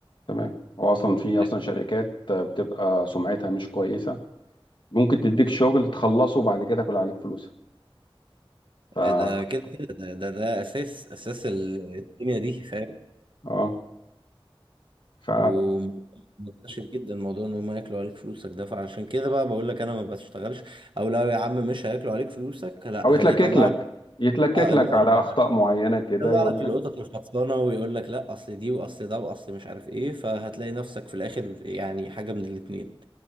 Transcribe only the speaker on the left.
تمام هو اصلا في
اصلا شركات آه، بتبقى سمعتها مش كويسة ممكن تديك شغل تخلصه وبعد كده كل عليك فلوسها ف <laughs>
اه ف
او يتلكك
لك يتلكك
لك
على
اخطاء معينه كده
يقول
لك